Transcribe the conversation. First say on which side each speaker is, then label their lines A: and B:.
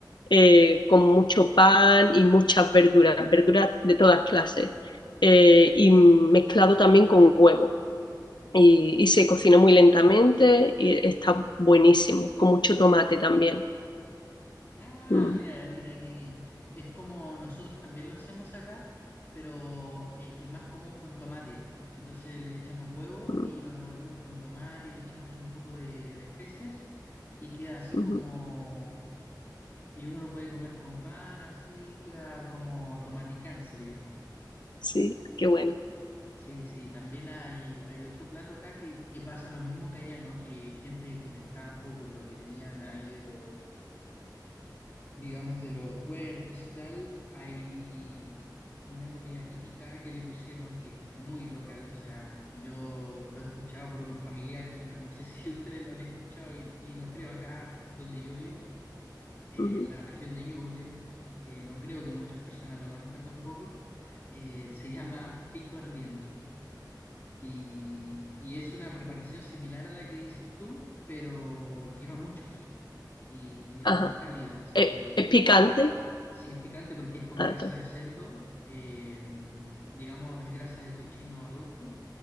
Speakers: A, on the left; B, on the left.
A: eh, con mucho pan y muchas verduras, verduras de todas clases, eh, y mezclado también con huevo. Y, y se cocina muy lentamente y está buenísimo, con mucho tomate también.
B: Ah,
A: Mm,
B: mira, mira qué bien. Es como nosotros también lo hacemos acá, pero eh, es más común con tomate. Entonces le echamos huevo
A: mm,
B: y lo revolvemos con tomate y le echamos un poco de, de especias y queda así
A: ujú.
B: como... Y uno lo puede comer con pan, así queda como tomaticán, se le llama.
A: Sí, qué bueno.
B: Sí, sí, también hay, hay otro plato acá que, que pasa lo mismo que allá, ¿no? Que gente que en el campo, con lo que tenían ahí de los, digamos, de los huertos y tal, ahí vi una comida típica que le pusieron, que esto es muy local, o sea, yo lo he escuchado por unos familiares, pero no sé <laughs> si ustedes lo han escuchado y, y no creo acá donde yo vivo, eh,
A: Ujú.
B: en la región de Ñuble, eh, no creo que muchas personas lo conozcan tampoco, eh, se llama pico ardiendo. Y, y es una preparación similar a la que dices tú, pero lleva mucho ají y, y es
A: Ajá.
B: muy cálida, así
A: ¿Es,
B: de-
A: es picante?
B: sí es picante porque es con
A: Ah,
B: grasa
A: claro.
B: de cerdo, eh, digamos es grasa de cochino adulto